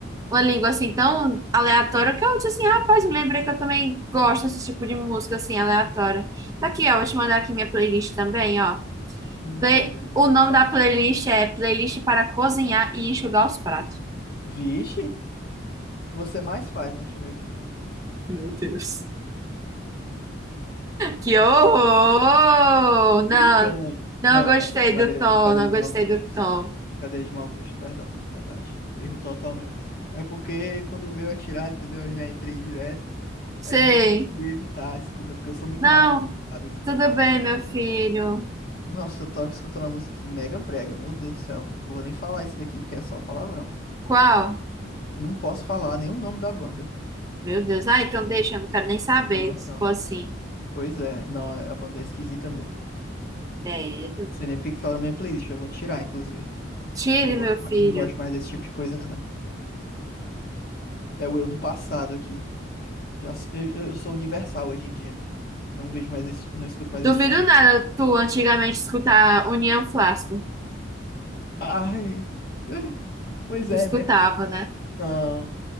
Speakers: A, on the right; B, on the left.
A: uma língua assim tão aleatória que eu disse assim, rapaz, eu lembrei que eu também gosto desse tipo de música assim, aleatória. Tá aqui, ó, vou te mandar aqui minha playlist também, ó.
B: Me imagina
A: Play-
B: no
A: O
B: Zip
A: nome
B: Zop.
A: da playlist é Playlist para Cozinhar e Enxugar os Pratos.
B: Vixe, o que você mais faz, né? Deixa eu ver aqui.
A: Meu Deus. Que horror!
B: Tô
A: Não,
B: Brincando.
A: não
B: Não,
A: gostei
B: não, brincadeira,
A: do tom,
B: brincadeira
A: não
B: de
A: gostei
B: mau gosto,
A: do
B: desculpa.
A: tom.
B: Brincadeira de mau gosto, perdão, verdade. Erro total meu. É porque quando veio atirar, entendeu? Eu já entrei direto.
A: Sei.
B: Aí eu não consegui evitar, desculpa, porque eu sou muito
A: Não,
B: rápido nas paradas.
A: tudo bem, meu filho.
B: Nossa, eu tava escutando uma música aqui mega brega, meu Deus do céu. Não vou nem falar isso daqui porque é só palavrão.
A: Qual?
B: Não posso falar nem o nome da banda, pra
A: Meu Deus. Ah, então deixa, eu não quero nem saber
B: você ter noção.
A: se for assim.
B: Pois é, não, a banda é esquisita mesmo.
A: Credo.
B: Não sei nem porque que tá na minha playlist, eu vou tirar, inclusive.
A: Tire,
B: Não gosto,
A: meu
B: ma-
A: filho.
B: não gosto mais desse tipo de coisa, não. É o eu do passado aqui. Já, s- eu, eu eu sou universal hoje em dia. Não vejo mais esse, não escuto mais
A: Duvido
B: esse tipo de.
A: nada tu antigamente escutar União Flasco.
B: Ai! <laughs> Pois
A: Tu
B: é,
A: escutava,
B: né?
A: né?
B: Não.